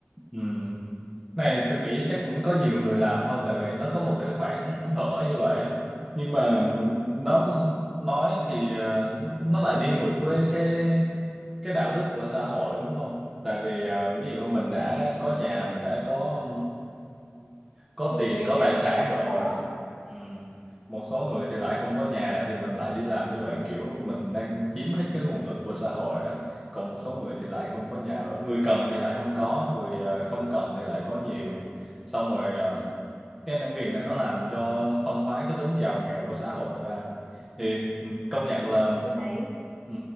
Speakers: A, in the centre; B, on the left.
A: ừ này tôi nghĩ chắc cũng có nhiều người làm thôi tại vì nó có một cái khoảng hở như vậy á nhưng mà nó nói thì ờ, nó lại đi ngược với cái cái đạo đức của xã hội đúng không tại vì ờ, ví dụ mình đã có nhà mình đã có có
B: thì
A: tiền có
B: nhà
A: tài sản
B: nghèo không
A: rồi
B: có
A: ừ. một số người thì lại không có nhà thì mình lại đi làm như vậy kiểu mình đang chiếm hết cái nguồn lực của xã hội á còn một số người thì lại không có nhà ở người cần thì lại không có người ờ, không cần thì lại có nhiều xong rồi ờ, cái này- việc này nó làm cho phân hóa cái tính giàu nghèo của xã hội ra thì ừ, công nhận là ừ,
B: tôi thấy
A: ừ,